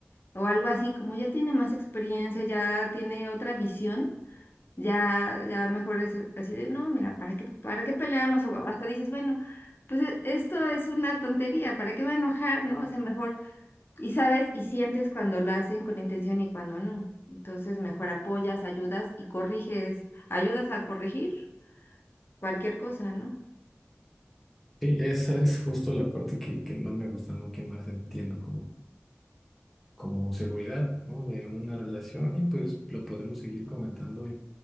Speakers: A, on the left (about 50°); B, in the centre.
A: o algo así, como ya tiene más experiencia, ya tiene otra visión, ya, ya mejor es así de, no, mira, ¿para qué, para qué peleamos? O hasta dices, bueno, pues e- esto es una tontería, ¿para qué voy a enojar, no? O sea, mejor y sabes, y sientes cuando lo hacen con intención y cuando no. Entonces, mejor apoyas, ayudas y corriges, ayudas a corregir cualquier cosa, ¿no?
B: Sí, esa es justo la parte que, que más me gusta, ¿no? Que más entiendo como, como seguridad, ¿no? De una relación y pues lo podemos seguir comentando